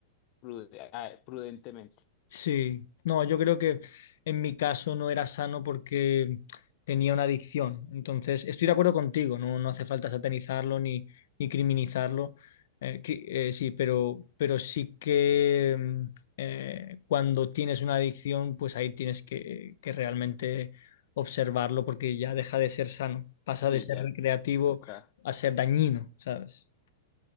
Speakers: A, on the left; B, on the left.
A: prude- ah, prudentemente.
B: Sí, no, yo creo que en mi caso no era sano porque tenía una adicción. Entonces, estoy de acuerdo contigo, no, no hace falta satanizarlo ni, ni criminalizarlo. Eh, cri- eh, sí, pero, pero sí que mm, eh, cuando tienes una adicción, pues ahí tienes que, que realmente observarlo porque ya deja de ser sano, pasa
A: Sí,
B: de ser
A: ya
B: recreativo
A: toca.
B: a ser dañino, ¿sabes?